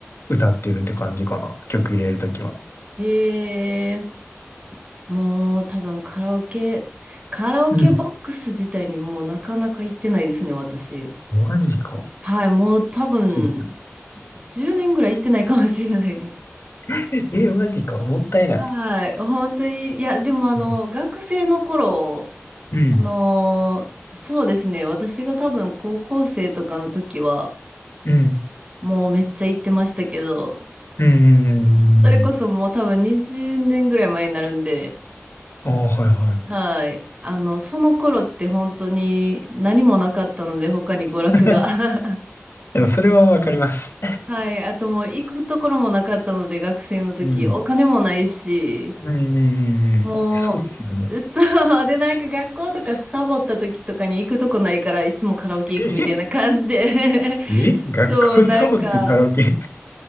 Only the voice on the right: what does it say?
ん。へえ、もう多分カラオケ、カラオケボックス自体にもうなかなか行ってないですね、
私。
はい、もう多分
10年ぐらい行ってないかもしれないです。
はい、本当に、いや、でもあの、
学生の頃、
あのーそうですね、私が多分高校生とかの時は、
もうめっちゃ行ってましたけど、
それこそもう多分20年ぐらい前になるんで、
はい、あの、その頃って本当に何もなかったので、他に娯楽が。
<laughs>
はい、あともう行くところもなかったので、学生の時、
お金もないし、
も
う、そう。で、なんか学校とかサボった時とかに行くとこないから、いつもカラオケ行くみたいな感じで
<laughs>
そう、なんか、